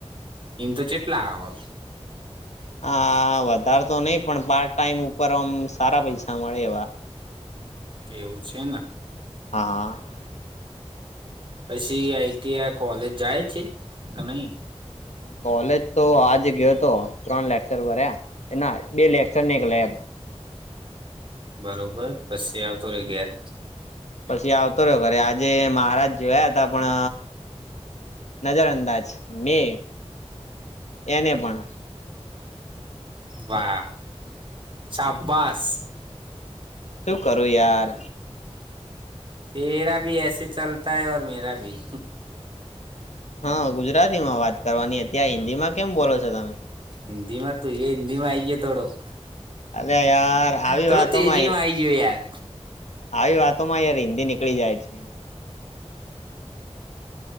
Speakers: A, on the right; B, on the left.
A: ઈ તો જેટલા આવ.
B: હા વધારે તો નહી પણ પાર્ટ ટાઈમ ઉપર આમ સારા પૈસા મળે એમ.
A: એવું છે ને.
B: હા હા
A: પછી આઈટી આ કોલેજ જાય છે અને
B: કોલેજ તો આજ ગયો હતો ત્રણ લેક્ચર ભર્યા ના બે લેક્ચર ની એક લેબ
A: બરોબર પછી આવતો રે ઘેર.
B: પછી આવતો રહ્યો ઘરે આજે મહારાજ જોયા હતા પણ નજર અંદાજ મે એને પણ
A: વાહ શાબાસ
B: શું કરું યાર.
A: તેરા ભી એસે ચલતા હે ઓર મેરા ભી
B: હા ગુજરાતી માં વાત કરવાની હતી ત્યાં હિન્દી માં કેમ બોલો છો તમે
A: હિન્દી માં તું એ હિન્દી માં આઈયે થોડોક
B: અરે યાર આવી
A: થોડો
B: વાતોમાં
A: તેજી માં કેવી યાર
B: આવી વાતો માં યાર હિન્દી નીકળી જાય છે.